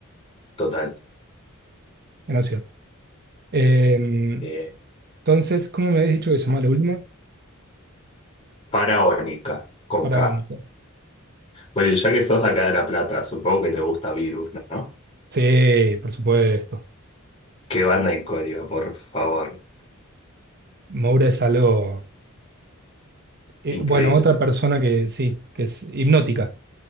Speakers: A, on the left (about 25°); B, on the right (about 50°).
A: total.
B: en la ciudad. Eh,
A: Eh,
B: entonces, ¿cómo me habías dicho que se llama lo último?
A: Paraónica, con
B: Patagónico.
A: K. Bueno, y ya que sos de acá de La Plata, supongo que te gusta Virus, ¿no?
B: Sí, por supuesto.
A: Qué banda icónica, por favor.
B: Moura es algo, eh,
A: Increíble.
B: bueno, otra persona que sí, que es hipnótica.